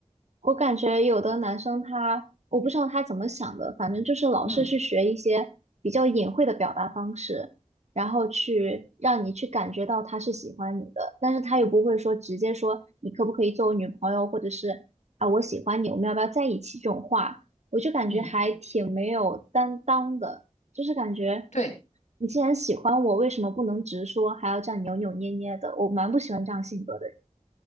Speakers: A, on the right; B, on the left.
A: 我感觉有的男生他，我不知道他怎么想的，反正就是老是去学一些比较隐晦的表达方式，
B: 嗯
A: 然后去让你去感觉到他是喜欢你的，但是他又不会说直接说你可不可以做我女朋友，或者是啊我喜欢你，我们要不要在一起这种话，我就感觉还挺没有担当的，
B: 嗯
A: 就是感觉
B: 对，
A: 你既然喜欢我，为什么不能直说，还要这样扭扭捏捏的？我蛮不喜欢这样性格的人。